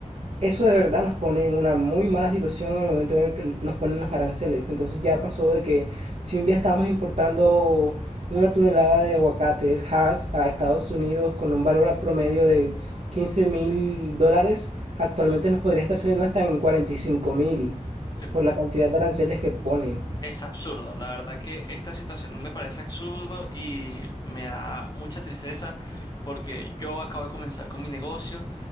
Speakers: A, on the right; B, on the left.
A: Eso de verdad nos pone en una muy mala situación en el momento en el que nos ponen los aranceles. Entonces ya pasó de que si un día estábamos importando una tonelada de aguacates Hass a Estados Unidos con un valor promedio de 15 mil dólares, actualmente nos podría estar saliendo hasta en 45 mil
B: Te-
A: por la cantidad de aranceles que ponen.
B: Es absurdo, la verdad que esta situación me parece absurdo y me da mucha tristeza porque yo acabo de comenzar con mi negocio